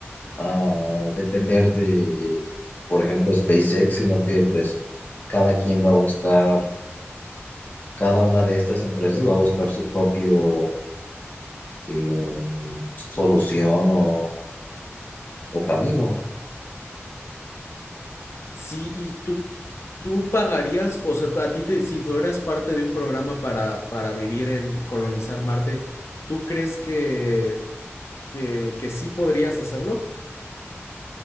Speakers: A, on the left; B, on the left.
A: a depender de, por ejemplo, SpaceX, sino que pues cada quien va a buscar, cada una de estas empresas va a buscar su propio em, solución o o camino.
B: Sí, y tú, tú pagarías, o sea, a ti te, si fueras parte de un programa para, para vivir en colonizar Marte, ¿tú crees que, que, que sí podrías hacerlo?